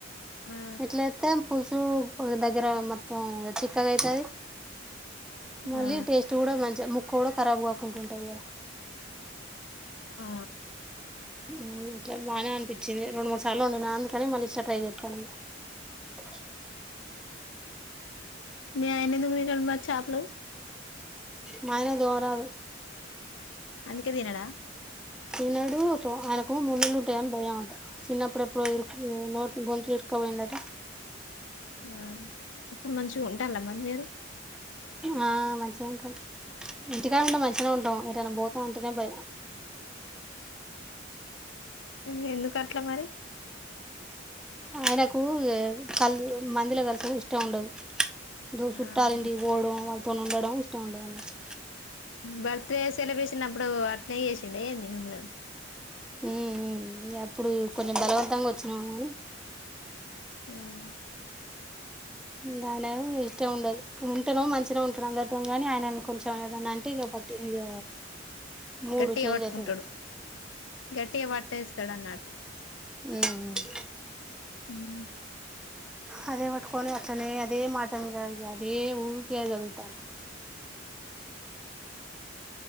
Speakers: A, on the left; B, in the centre.
A: ఆ
B: ఇట్లయితే పులుసు దగ్గర మొత్తం చిక్కగా అయితిది మళ్ళీ
A: ఆ
B: టేస్ట్ కూడా మంచిగా ముక్క కూడా ఖరాబ్ కాకుంటుంటాది కదా
A: ఆ
B: మ్మ్ ఇట్లా బాగానే అనిపించింది రెండు మూడు సార్లు వండిన అందుకని మళ్ళీ ఇట్లా ట్రై చేత్తాండ స
A: మీ ఆయన ఎందుకు తినడు మరి చేపలు
B: మా ఆయన దోరాదు
A: అందుకే తినడా
B: తినడు అట్లా ఆయనకు ముళ్ళలు ఉంటాయని భయం అంట చిన్నప్పుడు ఎప్పుడో నోట్ గొంతు ఇర్కు పోయిందట
A: మ్మ్ ఎప్పుడు నుంచొ ఉంటాన్ల మరి నిను
B: ఆ మంచిగా ఉంటాం ఇంటికానే ఉంటే మంచిగానే ఉంటాం <unintelligible> బోత ఉంటానే భయం
A: మ్మ్ ఎందుకు అట్లా మరి
B: ఆయనకు ఎ కల్లు మందుల వరకు ఇష్టం ఉండదు ఇప్పుడు సుట్టాల
A: ఆహా
B: ఇంటికి పోవడం వాళ్ళతోను ఉండడం ఇష్టం ఉండదన్నట్టు
A: బర్త్డే సెలబ్రేషన్ అప్పుడు అట్లే చేసిండ ఏంది మిమ్ములను
B: మ్మ్ హ్మ్ ఇగ అప్పుడు కొంచెం బలవంతంగా వచ్చినారు
A: మ్మ్
B: ఇంగ ఆయన ఇష్టం ఉండదు ఉంటనేమో మంచినే ఉంటడు అందరితోని గని ఆయన కొంచెం యాదన్న అంటే ఇగ పట్టి ఇగ మూడు
A: గట్టిగా
B: చేంజ్
A: పట్టుకుంటాడు
B: అవుతాది
A: గట్టిగా పట్టేస్తడు అన్నట్టు
B: మ్మ్
A: ఎవరు
B: అదే పట్టుకొని అట్లనే అదే మాట మీద ఇగ అదే ఊకె <unintelligible> తాంటడు